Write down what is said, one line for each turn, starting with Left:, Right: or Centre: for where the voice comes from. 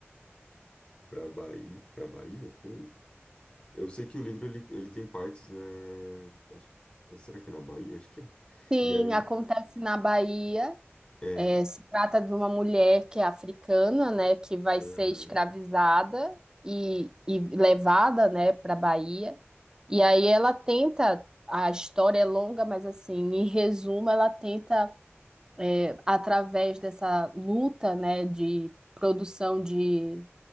Left: para Bahia, para Bahia foi? Eu sei que o livro ele, ele tem partes, né? Acho que é- será que é na Bahia? Acho que é.
Right: sim,
Left: E aí
Right: acontece na Bahia.
Left: é,
Right: É, Se trata de uma mulher que é africana, né, que vai
Left: aham.
Right: ser escravizada e, e levada, né, para Bahia. E aí ela tenta, a história é longa, mas assim, em resumo, ela tenta, eh, através dessa luta, né, de produção de,